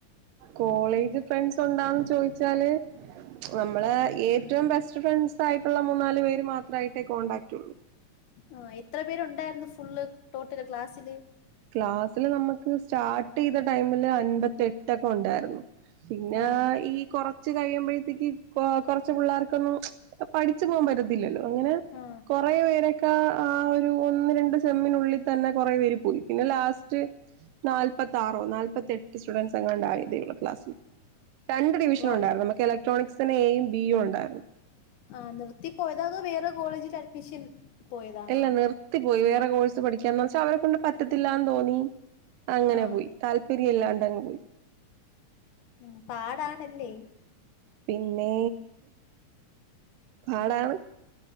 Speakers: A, on the right (about 85°); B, on the left (about 70°).
A: കോളേജ് ഫ്രണ്ട്സ് ഉണ്ടാന്ന് ചോദിച്ചാല് നമ്മള് ഏറ്റവും ബെസ്റ്റ് ഫ്രണ്ട്സ് ആയിട്ടുള്ള മൂന്നാല് പേര് മാത്രമായിട്ടേ കോണ്ടാക്ട് ഉള്ളൂ
B: ആ എത്ര പേരുണ്ടായിരുന്നു ഫുള്ള് ടോട്ടല് ക്ലാസില്
A: ക്ലാസ്സില് നമുക്ക് സ്റ്റാർട്ട് ചെയ്ത ടൈമില് അൻപത്തെട്ടൊക്കെ ഉണ്ടായിരുന്നു പിന്നെ
B: ആ
A: ഈ കൊറച്ച് കഴിയുമ്പോഴത്തേക്ക് കൊ കൊറച്ച് പിള്ളേർക്കൊന്നും പഠിച്ചു പോകാൻ പറ്റത്തില്ലല്ലോ അങ്ങനെ
B: ആ
A: കൊറെ പേരൊക്കെ ആ ഒരു ഒന്ന് രണ്ട് സെമ്മിനുള്ളിൽ തന്നെ കൊറെ പേര് പോയി പിന്നെ ലാസ്റ്റ് നാല്പ്പത്ത ആറോ നാല്പത്തി എട്ട് സ്റ്റുഡൻറ്സ് എങ്ങാണ്ട ആയതേയുള്ളൂ ക്ലാസ്സിൽ രണ്ട് ഡിവിഷന
B: വൗ
A: ഉണ്ടായിരുന്നു നമക്ക് ഇലക്ട്രോണിക്സിന് എയും ബിയും ഉണ്ടായിരുന്നു
B: ആ നിർത്തിപ്പോയതോ അതോ വേറെ കോളേജിൽ അഡ്മിഷൻ പോയതാണോ
A: ഇല്ല നിർത്തിപ്പോയി വേറെ കോഴ്സ് പഠിക്കാന്ന് വെച്ചാ അവരെ കൊണ്ട് പറ്റത്തില്ലന്ന് തോന്നി അങ്ങനെ
B: ആ
A: പോയി താല്പര്യം ഇല്ലാണ്ട്ങ്ങ് പോയി
B: ഉം പാടാണല്ലേ
A: പിന്നെ പാടാണ്